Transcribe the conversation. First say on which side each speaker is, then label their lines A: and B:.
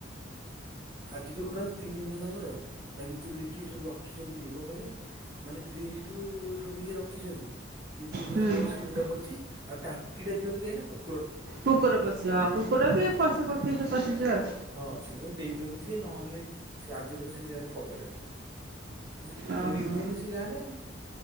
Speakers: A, on the right; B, on the right.
A: ଆଜି ଦେଖୁ ନାହାନ୍ତି ତିନି ମହଲା ଘର ତା ଭିତରୁ ଦେଖିବେ ସବୁ ରଖିଛନ୍ତି ଇଏ କଣ କହିଲେ ମାନେ ଫ୍ରିଜଠୁ ସବୁ ଇଏ ରଖିଚନ୍ତି। କିନ୍ତୁ ଖାଲି
B: ହୁଁ
A: ଡୋର ସ୍କ୍ରିନ୍ଟା ପଡ଼ିଚି ଆଉ ତାଟିଟା ଦିଅନ୍ତି କାହିଁକି ନା କୁ
B: କୁକୁର ପଶିବ କୁକୁର କି ପଶି ପଖି ପଶିଯିବ।
A: ହଁ ସେଥିପାଇଁ ଦେଇ ଦିଅନ୍ତି ସିଏ ନହେଲେ ସେ ଆଜି ପର୍ଯ୍ୟନ୍ତ ସେ ଜାଗାରେ କବାଟ ନାହିଁ। ସେ ତ
B: ଓହୋ
A: ଚୋରି ହୁଏନି ସେ ଗାଁ ରେ ଆଉ।